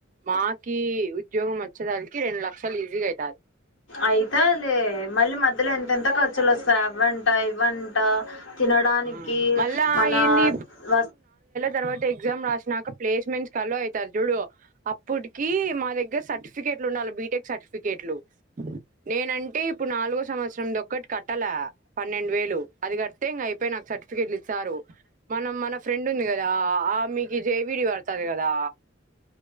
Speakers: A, on the right (about 45°); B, on the left (about 80°).
A: మాకి ఉద్యోగం వచ్చేదానికి రెండు లక్షలు ఈజీగా అయితాది
B: అయితాదిలే మళ్ళీ మధ్యలో ఎంత ఎంతంత ఖర్చులు వస్తాయి అవ్వంట ఇవ్వంట తినడానికి
A: ఆ మళ్ళా
B: మన
A: ఏంది
B: వర్క్
A: తర్వాత ఎగ్జామ్ నాకా ప్లేస్మెంట్స్ కి ఆలో అయితది చూడు అప్పుటికి మా దగ్గర సర్టిఫికెట్లు ఉండాలి బీటెక్ సర్టిఫికెట్లు నేనంటే ఇప్పు ఇప్పుడు నాలుగో సంవత్సరం దొక్కటి కట్టలా పన్నెండు వేలు అది గడితే ఇంగ ఐపో ఐపోయినక నాకు సర్టిఫికెట్లు ఇస్తారు మనం మన ఫ్రెండ్ ఉంది కదా ఆమెకు జే ఫీజు పడతది కదా